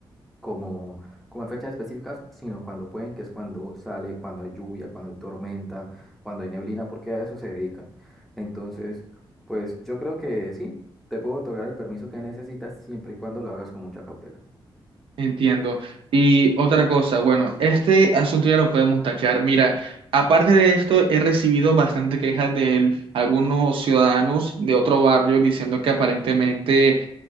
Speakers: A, in the centre; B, on the right.
A: como, como en fechas específicas, sino cuando pueden, que es cuando sale, cuando hay lluvia, cuando hay tormenta, cuando hay neblina, porque a eso se dedican. Entonces, pues yo creo que sí, te puedo otorgar el permiso que necesitas siempre y cuando lo hagas con mucha cautela.
B: Entiendo. Y otra cosa, bueno, este asunto ya lo podemos tachar. Mira, aparte de esto, he recibido bastante quejas de algunos ciudadanos de otro barrio diciendo que aparentemente